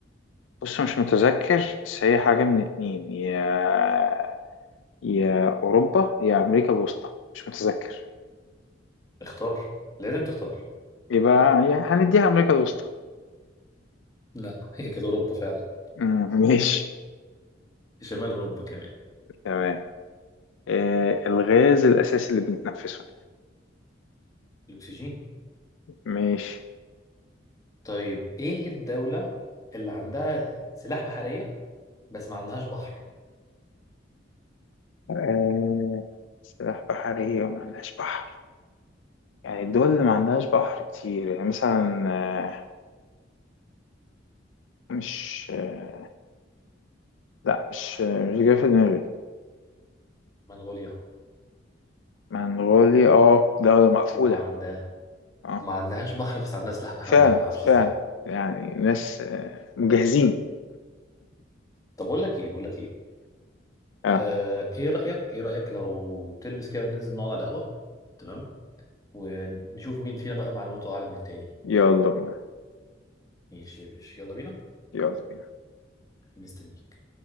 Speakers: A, on the left (about 75°); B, on the left (about 20°).
A: بص مش متذكر بس هي حاجة من اتنين يا يا أوروبا يا أمريكا الوسطى مش متذكر
B: اختار لازم تختار
A: يبقى يعني هنديها أمريكا الوسطى
B: لا هي كانت اوروبا فعلا
A: مم، ماشي
B: في شمال اوروبا كمان
A: تمام آه الغاز الأساسي اللي بنتنفسه
B: الاكسجين
A: ماشي
B: طيب ايه الدولة اللي عندها سلاح بحرية بس ما عندهاش بحر
A: آه، سلاح بحرية وما عندهاش بحر يعني الدول اللي ما عندهاش بحر كتير يعني مثلا آه، مش آه، لا مش آه، مش جاي في دماغي
B: منغوليا
A: منغوليا اه دولة مقفولة
B: ما عندها
A: اه
B: وما عندهاش بحر بس عندها سلاح بحرية
A: فعلا
B: ما تعرفش
A: فعلا
B: ازاي
A: يعني ناس آه، مجهزين
B: طب بقول لك ايه بقول لك ايه
A: اه
B: آه ايه رأيك ايه رأيك لو تلبس كده وننزل نقعد على القهوة تمام ونشوف مين فينا بقى معلوماته اعلى من التاني
A: يلا بينا
B: ماشي يا باشا يلا بينا
A: يلا بينا
B: مستنيك